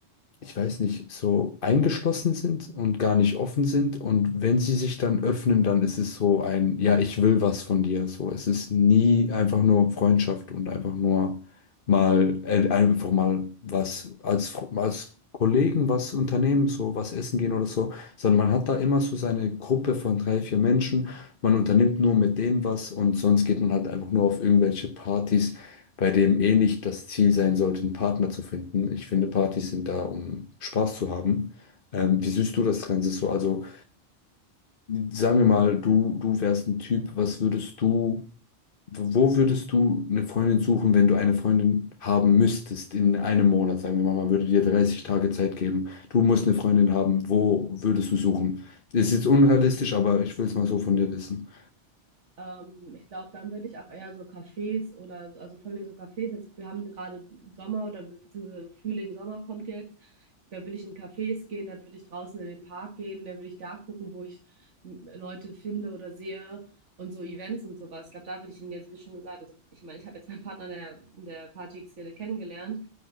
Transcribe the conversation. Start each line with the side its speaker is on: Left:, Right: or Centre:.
Left: ich weiß nicht, so eingeschlossen sind und gar nicht offen sind. Und wenn sie sich dann öffnen, dann ist es so ein, ja, ich will was von dir. So, es ist nie einfach nur Freundschaft und einfach nur mal, äh, einfach mal was als, Fr- als Kollegen was unternehmen, so was essen gehen oder so, sondern man hat da immer so seine Gruppe von drei, vier Menschen. Man unternimmt nur mit denen was und sonst geht man halt einfach nur auf irgendwelche Partys bei dem eh nicht das Ziel sein sollte, einen Partner zu finden. Ich finde, Partys sind da, um Spaß zu haben. Ähm, wie siehst du das Ganze so? Also, sagen wir mal, du, du wärst ein Typ, was würdest du, wo würdest du eine Freundin suchen, wenn du eine Freundin haben müsstest in einem Monat? Sagen wir mal, man würde dir 30 Tage Zeit geben. Du musst eine Freundin haben. Wo würdest du suchen? Ist jetzt unrealistisch, aber ich will es mal so von dir wissen.
Right: Ähm, ich glaube, dann würde ich auch eher so Cafés oder, so- also vor allem so Cafés, jetzt, wir haben gerade Sommer oder be- beziehungsweise Frühling, Sommer kommt jetzt. Da würde ich in Cafés gehen, da würde ich draußen in den Park gehen, da würde ich da gucken, wo ich m, Leute finde oder sehe und so Events und sowas. Ich glaube, da würde ich hingehen, also wie schon gesagt. Also ich meine, ich habe jetzt meinen Partner in der, in der Party-Szene kennengelernt,